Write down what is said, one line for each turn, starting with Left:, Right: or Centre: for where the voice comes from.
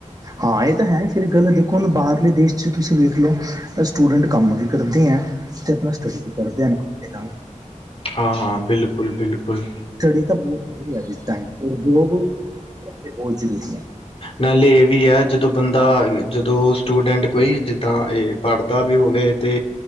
Right: ਹਾਂ ਇਹ ਤਾਂ ਹੈ ਫਿਰ ਗੱਲ ਦੇ। ਬਿਲਕੁਲ, ਬਾਹਰਲੇ ਦੇਸ਼ 'ਚ ਤੁਸੀਂ ਵੇਖ ਲਓ ਤਾਂ ਸਟੂਡੈਂਟ ਕੰਮ ਵੀ ਕਰਦੇ ਹੈ। ਤੇ ਪਰ ਸਟੱਡੀ ਵੀ ਕਰਦੇ ਹਨ ਦੇ ਨਾਲ।
Left: ਹਾਂ-ਹਾਂ ਬਿਲਕੁਲ-ਬਿਲਕੁਲ।
Right: ਸਟੱਡੀ ਤਾਂ ਬਹੁਤ ਜ਼ਰੂਰੀ ਹੈ। ਜਿਸ ਟਾਈਮ ਉਦਯੋਗ ਬਹੁਤ ਜ਼ਰੂਰੀ ਹੈ। <unintelligible>
Left: ਮੈ ਲੇ ਵੀ ਆਇਆ ਜਦੋਂ ਬੰਦਾ ਜਦੋਂ ਸਟੂਡੈਂਟ ਕੋਈ ਜਿੱਦਾਂ ਏਹ। ਪੜ੍ਹਦਾ ਵੀ ਹੋਵੇ ਤੇ